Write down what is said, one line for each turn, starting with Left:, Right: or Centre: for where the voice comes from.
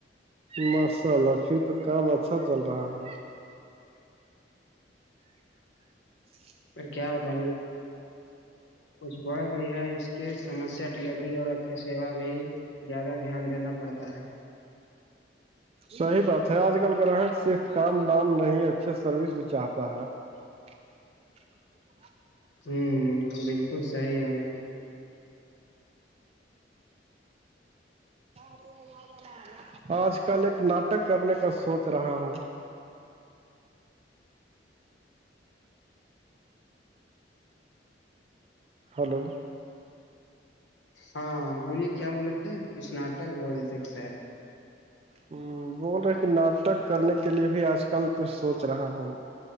Right: ماشاء اللہ پھر تو کام اچھا چل رہا ہوگا <unintelligible> <unintelligible>
Left: پر کیا بتا کچھ بڑھ گئی ہے اس کی سمسیا ڈیلیوری اور اچھی سیوا بھی زیادہ دھیان دینا پڑتا ہے
Right: صحیح بات ہے آج کل گراہک صرف کام دام نہیں اچھے سروس بھی چاہتا ہے <inaudible>
Left: ہمم بالکل صحیح ار
Right: <inaudible> آج کل ایک ناٹک کرنے کا سوچ رہا ہوں ہلو
Left: ہاں بولیے کیا بولے تھے کچھ ناٹک بولے تھے کہ شاید
Right: ہ بول رہے کہ ناٹک کرنے کے لیے بھی آج کل کچھ سوچ رہا ہوں